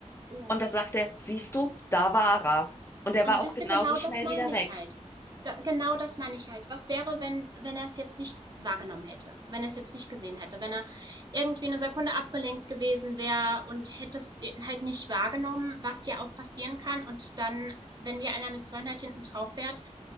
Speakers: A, on the right (about 35°); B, on the left (about 20°).
A: Ja.
B: Und da sagt er, siehst du, da war er. Und er
A: Und
B: war auch
A: siehste,
B: genauso
A: genau
B: schnell
A: das meine
B: wieder weg.
A: ich halt. Da genau das meine ich halt. Was wäre, wenn wenn er es jetzt nicht wahrgenommen hätte? Wenn er es jetzt nicht gesehen hätte? Wenn er irgendwie eine Sekunde abgelenkt gewesen wäre und hätte es halt nicht wahrgenommen, was ja auch passieren kann und dann, wenn dir einer mit 200 hinten drauf fährt,